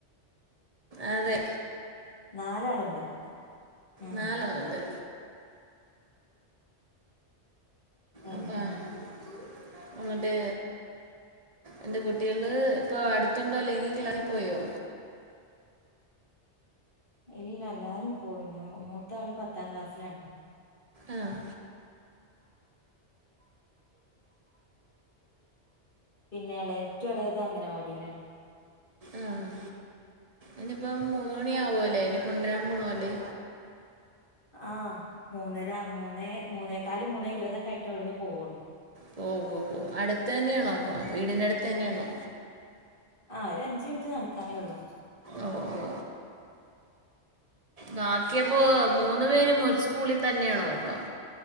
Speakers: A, on the right; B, on the left.
A: അതെ
B: നാലാളുണ്ട് ഉം
A: നാലാളുണ്ട്
B: ഉം
A: അപ്പം
B: ഉം
A: എന്ന്ട്ട് എന്റെ കുട്ടികള് ഇപ്പ അടുത്ത്ണ്ടോ അല്ലെങ്കി ക്ലാസിപ്പോയോ
B: ഇല്ല എല്ലാരും പോയി മൂത്ത ആള് പത്താം ക്ലാസ്സിലാണ്
A: ആഹ്
B: പിന്നെ ഏറ്റവും അളേത് അംഗനവാടിയിലാണ്
A: ആഹ് ഇനിയിപ്പോ മൂന്ന് മണി ആവുലേ അയ്നെ കൊണ്ടുവരാൻ പോണ അല്ലേ
B: ആഹ് മൂന്നര മൂന്നേ മൂന്നേക്കാല് മൂന്നേ ഇരുപതൊക്കെ ആയിട്ട് ഇവിടുന്ന് പോവുള്ളൂ
A: പോകുള്ളൂ അടുത്ത് തന്നെയാണോ അപ്പ
B: ഉം
A: വീടിന്റെ അടുത്ത് തന്നെയാണോ
B: ആഹ് ഒരു അഞ്ച് മിനിറ്റ് നടക്കാനേ ഉള്ളൂ
A: ഓഹ് ഓഹ് ബാക്കിയപ്പോ മൂന്നു പേരും ഒരു സ്കൂളിൽ തന്നെയാണോ അപ്പം